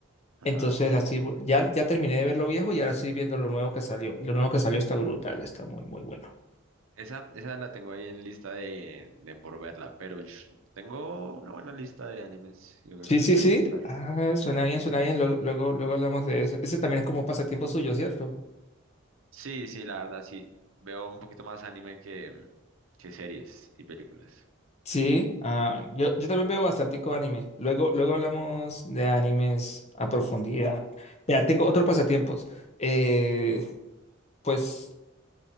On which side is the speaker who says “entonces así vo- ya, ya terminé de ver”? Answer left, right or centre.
Left